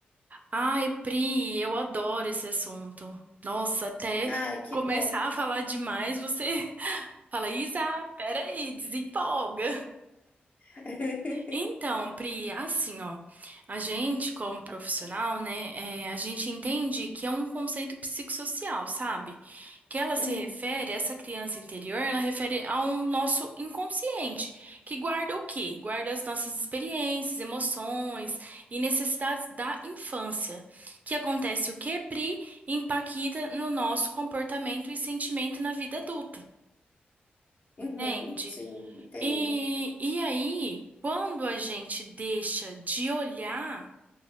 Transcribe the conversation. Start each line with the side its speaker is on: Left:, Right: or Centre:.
Right: Ai, Pri, eu adoro esse assunto. Nossa, até
Left: Ai, que
Right: começar
Left: bom.
Right: a falar demais, você <laughs> fala, Isa, peraí, desempolga.
Left: <laughs>
Right: Então, Pri, assim, ó, a gente, como profissional, né, é, a gente entende que é um conceito psicossocial, sabe? Que ela se
Left: Hum,
Right: refere, essa criança interior, ela refere ao nosso inconsciente, que guarda o quê? Guarda as nossas experiências, emoções e necessidades da infância. Que acontece o quê, Pri? Impacta no nosso comportamento e sentimento na vida adulta,
Left: uhum,
Right: entende?
Left: sim, entendo.
Right: E, e aí, quando a gente deixa de olhar